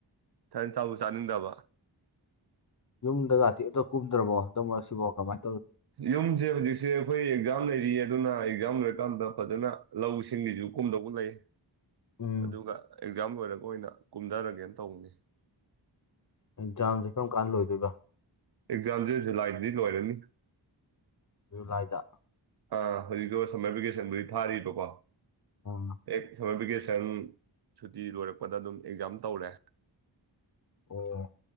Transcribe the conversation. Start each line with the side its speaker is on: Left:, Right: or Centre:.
Right: ꯏꯊꯟ ꯆꯥꯕꯁꯨ ꯆꯥꯅꯤꯡꯗꯕ
Left: ꯌꯨꯝꯗꯀꯥꯇꯤ ꯑꯝꯇ ꯀꯨꯨꯝꯗ꯭ꯔꯕꯣ ꯍꯟꯗꯛ ꯃꯔꯛꯁꯤꯕꯣ ꯀꯃꯥꯏ
Right: ꯌꯨꯝꯁꯦ ꯍꯧꯖꯤꯛꯁꯦ ꯑꯩꯈꯣꯏ ꯑꯦꯛꯖꯥꯝ ꯂꯩꯔꯤꯑꯦ ꯑꯗꯨꯅ ꯑꯦꯛꯖꯥꯝ ꯂꯣꯏꯔꯀꯥꯟꯗ ꯐꯖꯅ ꯂꯧꯁꯤꯡꯒꯤꯁꯨ ꯀꯨꯝꯗꯧꯕ ꯂꯩ
Left: ꯎꯝ
Right: ꯑꯗꯨꯒ ꯑꯦꯛꯖꯥꯝ ꯂꯣꯏꯔꯒ ꯑꯣꯏꯅ ꯀꯨꯝꯊꯔꯒꯦꯅ ꯇꯧꯕꯅꯤ
Left: ꯥꯑꯦꯛꯖꯥꯝꯁꯦ ꯀꯔꯝ ꯀꯥꯟꯗ ꯂꯣꯏꯗꯣꯏꯕ
Right: ꯑꯦꯛꯖꯥꯝꯁꯦ ꯖꯨꯂꯥꯏꯗꯗꯤ ꯂꯣꯏꯔꯅꯤ
Left: ꯖꯨꯂꯥꯏꯗ
Right: ꯑ ꯍꯧꯖꯤꯛꯛꯇꯣ ꯁꯝꯃꯔ ꯚꯦꯀꯦꯁꯟꯕꯨꯗꯤ ꯊꯥꯔꯤꯕꯀꯣ
Left: ꯑꯥ
Right: ꯌꯦꯛ ꯁꯝꯃꯔ ꯚꯦꯀꯦꯁꯟ ꯁꯟ ꯁꯨꯇꯤ ꯂꯣꯏꯔꯛꯄꯗ ꯑꯗꯨꯝ ꯑꯦꯛꯖꯥꯝ ꯇꯧꯔꯦ
Left: ꯑꯣ